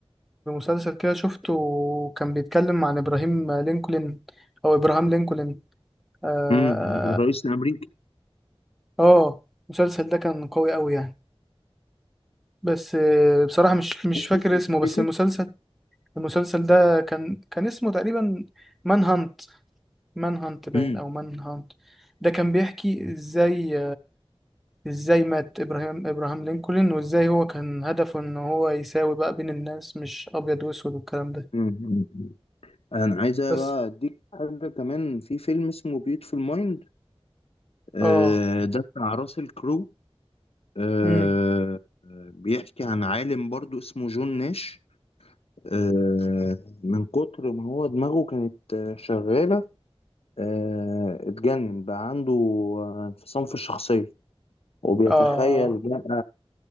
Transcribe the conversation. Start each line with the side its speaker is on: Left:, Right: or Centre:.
Centre: بمسلسل كده شفته وكان بيتكلم عن ابراهيم لينكولن او ابراهام لينكولن اه,
Left: امم الرئيس الأمريكي
Centre: آه. آه، المسلسل ده كان قوي قوي يعني بس آه، بصراحة مش مش
Left: اسمه
Centre: فاكر
Left: ايه
Centre: اسمه
Left: تفتكر؟
Centre: بس المسلسل المسلسل ده كان كان اسمه تقريبا مان هانت مان هانت باين
Left: امم
Centre: او مان هانت ده كان بيحكي ازاي ازاي مات ابراهام ابراهام لينكولن وازاي هو كان هدفه ان هو يساوي بقى بين الناس مش ابيض واسود والكلام ده
Left: امم انا عايز بقى
Centre: بس
Left: اديك حاجه كمان في فيلم اسمه بيوتفul مايند آه
Centre: اه
Left: ده بتاع راسل كرو آه،
Centre: امم
Left: آه، بيحكي عن عالم برضو اسمه جون ناش آه، من كتر ما هو دماغه كانت آه، شغاله آه، اتجنن بقى عنده آه، انفصام في الشخصيه وبيتخيل
Centre: اه
Left: بقى